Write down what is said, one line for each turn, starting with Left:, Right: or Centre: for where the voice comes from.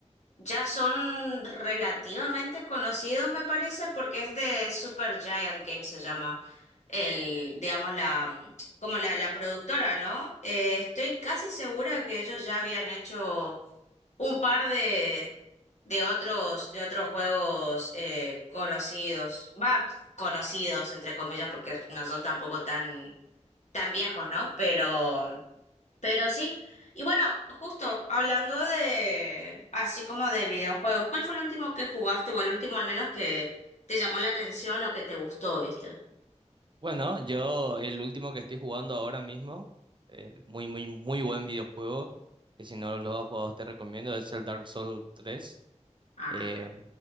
Left: Ya son relativamente conocidos, me parece, porque es de Super Giant Games, se llama el, digamos, la, mm, como la, la productora, ¿no? Eh, estoy casi segura que ellos ya habían hecho un par de, de otros, de otros juegos eh, conocidos. Va, conocidos, entre comillas, porque no son tampoco tan, tan viejos, ¿no? Pero. Pero sí, y bueno, justo hablando de, así como de videojuegos, ¿cuál fue el último que jugaste o el último al menos que te llamó la atención o que te gustó, viste?
Right: Bueno, yo el último que estoy jugando ahora mismo, el muy, muy, muy buen videojuego, que si no lo has jugado te recomiendo, es el Dark Souls tres,
Left: Ajá,
Right: Eh,